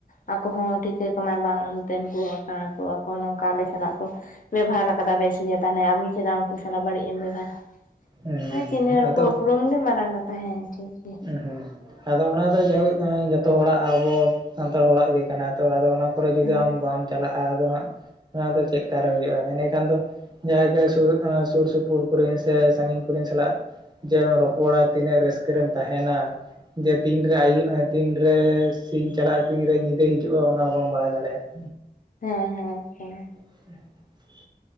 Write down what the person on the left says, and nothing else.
ᱟᱠᱚ ᱦᱚᱸ ᱴᱷᱤᱠᱟᱹ ᱠᱚᱟᱢᱟᱭ ᱵᱟᱝ ᱚᱱᱛᱮᱱ ᱠᱚ ᱦᱚᱲ ᱠᱟᱱᱟ ᱠᱚ ᱠᱚ ᱱᱚᱝᱠᱟ ᱟᱞᱮ ᱥᱟᱞᱟᱜ ᱠᱚ ᱵᱮᱵᱟᱨ ᱟᱠᱟᱫᱟ ᱵᱮᱥ ᱜᱮ ᱛᱟᱦᱚᱞᱮ ᱟᱢ ᱪᱮᱫᱟᱜ ᱩᱱᱠᱩ ᱥᱟᱞᱟᱜ ᱵᱟᱹᱲᱤᱡ ᱮᱢ ᱵᱮᱵᱦᱟᱨᱟ ᱾
ᱦᱮ ᱪᱤᱱᱦᱟᱹᱣ ᱨᱚᱯᱚᱲ
ᱩᱯᱨᱩᱢ ᱜᱮ ᱢᱟᱨᱟᱝ ᱠᱟᱛᱷᱟ ᱦᱮᱸ ᱴᱷᱤᱠ ᱜᱮᱭᱟ ᱾
ᱦᱮᱸ
ᱦᱮᱸ ᱦᱮᱸ <unintelligible> ᱾